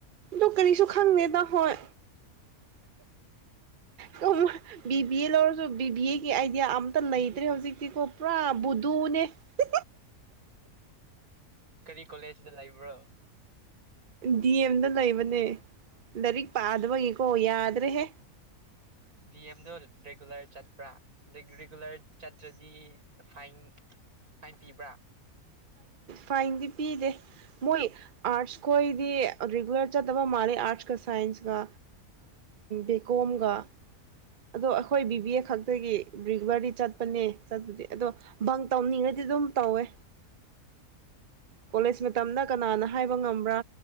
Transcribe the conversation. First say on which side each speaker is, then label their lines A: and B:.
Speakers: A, on the right (about 40°); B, on the right (about 75°).
A: ꯑꯣ ꯀꯔꯤꯁꯨ ꯈꯪꯗꯦꯗ ꯍꯣꯏ ꯇꯃ ꯕꯤ ꯕꯤ ꯑꯦ ꯂꯧꯔꯁꯨ ꯕꯤ ꯕꯤ ꯑꯦꯒꯤ ꯑꯥꯏꯗꯤꯌꯥ ꯑꯇ ꯂꯩ ꯅꯠꯇꯦ ꯍꯧꯖꯤꯛꯇꯤꯀ ꯄꯨꯔꯥ ꯕꯨꯗꯅꯦ ꯄ
B: ꯀꯔꯤ ꯀꯣꯂꯦꯖꯗ ꯂꯩꯕ꯭ꯔꯣ
A: ꯗꯤ ꯑꯦꯝꯗ ꯂꯩꯕꯅꯦ ꯂꯥꯏꯔꯤꯛ ꯄꯥꯗꯕꯒꯤꯀꯣ ꯌꯥꯗ꯭ꯔꯦꯍꯦ
B: ꯗꯤ ꯑꯦꯝꯗꯣ ꯔꯤꯒꯨꯂꯔ ꯆꯠꯄ꯭ꯔꯥ ꯔꯤꯒꯨꯂꯔ ꯆꯠꯇ꯭ꯔꯗꯤ ꯐꯥꯏꯟ ꯐꯥꯏꯟ ꯄꯤꯕ꯭ꯔꯥ
A: ꯐꯥꯏꯟꯗꯤ ꯄꯤꯗꯦ ꯃꯣꯏ ꯑꯥꯔꯠꯁ ꯈꯣꯏꯗꯤ ꯔꯤꯒꯨꯂꯔ ꯆꯠꯇꯕ ꯃꯥꯜꯂꯦ ꯑꯥꯔꯠꯁꯀ ꯁꯥꯏꯟꯁꯀ ꯕꯤ ꯀꯣꯝꯒ ꯑꯗꯣ ꯑꯩꯈꯣꯏ ꯕꯤꯕꯤ ꯑꯦ ꯈꯛꯇꯒꯤ ꯔꯤꯒꯨꯂꯔꯗꯤ ꯆꯠꯄꯅꯦ ꯆꯠꯄꯗꯤ ꯑꯗꯣ ꯕꯪ ꯇꯧꯅꯤꯡꯉꯗꯤ ꯑꯗꯨꯝ ꯇꯧꯋꯦ ꯀꯣꯂꯦꯖ ꯃꯇꯝꯅ ꯀꯅꯥꯅ ꯍꯥꯏꯕ ꯉꯝꯕ꯭ꯔꯥ